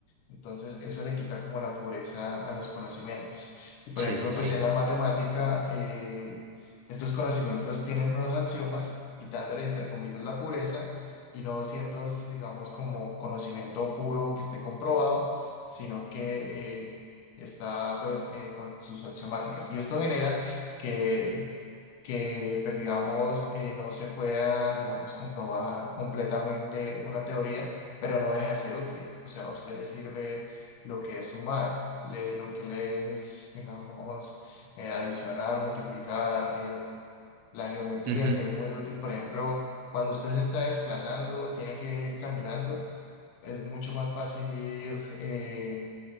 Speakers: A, on the left (about 80°); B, on the right (about 90°).
A: Entonces, eso le quita como la pureza a los conocimientos. Y por
B: Sí,
A: ejemplo,
B: sí, sí.
A: pues en la matemática, eh, estos conocimientos tienen los axiomas, quitándole entre comillas la pureza y no siendo, digamos, como conocimiento puro que esté comprobado, sino que eh, está pues eh, con sus axiomáticas. Y esto genera que que pues, digamos, eh, no se pueda, digamos, comprobar completamente una teoría, pero no deja de ser útil. O sea, a usted le sirve lo que es sumar, le- lo que le es, digamos, eh, adicionar, multiplicar, eh, la geometría,
B: Ujú,
A: que es muy útil, por ejemplo. Cuando usted se está desplazando, tiene que ir caminando, es mucho más fácil ir eh,